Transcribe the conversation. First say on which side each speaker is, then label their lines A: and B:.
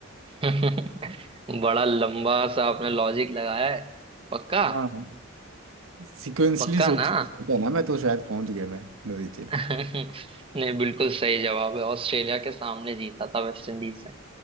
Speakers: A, on the right; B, on the right.
A: <laughs> बड़ा लंबा सा आपने लॉजिक लगाया है पक्का
B: हाँ सिक्वेंसली
A: पक्का
B: सोच
A: ना
B: सोचा ना मैं तो शायद पहुंच गया मैं नतीजे
A: <laughs>
B: पे
A: नहीं बिल्कुल सही जवाब है ऑस्ट्रेलिया के सामने जीता था वेस्ट इंडीज ने